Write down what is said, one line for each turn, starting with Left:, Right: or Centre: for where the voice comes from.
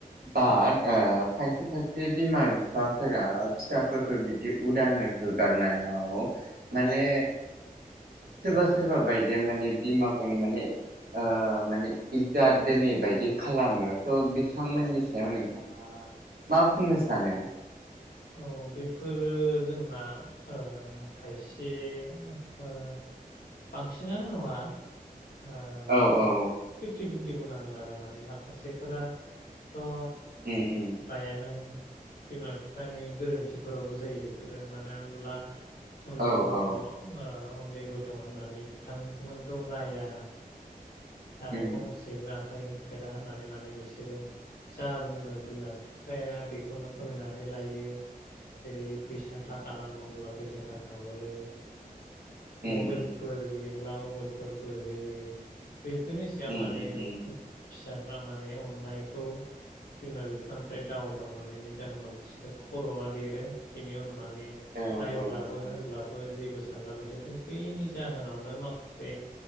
Right: बाथ
Left: औ
Right: ओं। खायसे खायसे बिमा बिफाफोरा फिसाफोरखौ बिदि उदाङै होगारनायाव माने सोरबा सोर ओबा बायदिया माने बिमाखौनो माने माने इजोत दोनै बायदि खालामो। थ' बिथांमोननि
Left: औ
Right: सायाव नोंथां । ओ मा बुंनो सानो
Left: औ बेफोरो जोंना ओ खायसे ओ बांसिनानो नङा ओ माने
Right: औ औ
Left: फिफ्टि फि बुंनांगोन आरो माने माखासेफोरा थ' ओ
Right: उम उम
Left: फ्रायानो बिमा-फि बिफानि गोरोन्थिफोरावबो जायो बेफोरो मानो होमब्ला उन्दै
Right: औ
Left: गथ'ओ
Right: औ
Left: उन्दै गथ' होननानै बिथांमोनखौ राया आरो
Right: उम
Left: फंसेबो आखाइ हो फेरा होननानै माने बिसोरो जा बुङो बिमा बिफाया बेखौनो <unintelligible> मेलायो जेरै फैसा
Right: उम
Left: थाखा नांगौ होनब्ला फैसा थाखा हरो
Right: उम
Left: मबेलफोर बियो ब्ला मबेलफोरबो होयो बेफोरनि सायाव
Right: उम
Left: माने
Right: उम
Left: फिसा अननायखौ बिमा-बिफानिफ्राय दाव-दाव मोननायनि जाहोनाव बिसोर खर'आ देरो बिनि उनाव माने
Right: औ औ
Left: रायब्लाबो
Right: औ
Left: होनब्लाबो जेबो सानला बेसोरो बेनि जाहोनावनो माखासे